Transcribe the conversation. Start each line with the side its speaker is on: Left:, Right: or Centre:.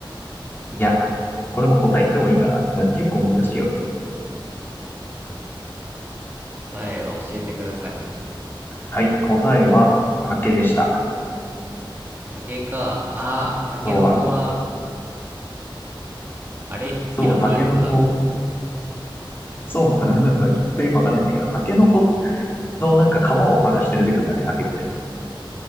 Left: いや、これも答え言ってもいいかな。だから結構難しいよ。
Right: 答えは教えてください。
Left: はい、答えは竹でした。
Right: 竹か。ああ、竹の子は、
Left: そう、ま、
Right: あれキロどういうことだろ
Left: そう、竹の子、そう、<laughs> なんかちょっとよくわかんないんだけど、竹の子のなんか皮を剥がして出てくるんだっけ、竹って。